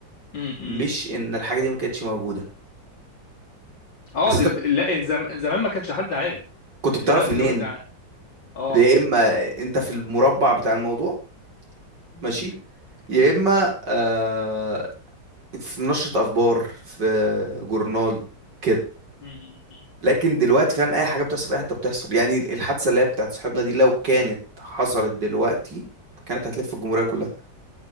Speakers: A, on the left; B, on the right.
A: م- م.
B: مش ان الحاجه دي ما كانتش موجوده
A: اه
B: بس
A: دل...
B: انت
A: دل- لا زم... زمان ما كانش حد عارف
B: كنت بتعرف
A: دلوقتي
B: منين
A: لو انت ع- اه
B: يا اما انت في المربع بتاع الموضوع
A: م-
B: ماشي يا اما آه في نشره اخبار في جورنال كده
A: م- م-
B: لكن دلوقتي فعلا اي حاجه بتحصل في اي حته بتحصل يعني الحادثه اللي هي بتاعت صاحبنا دي لو كانت حصلت دلوقتي كانت هتلف الجمهوريه كلها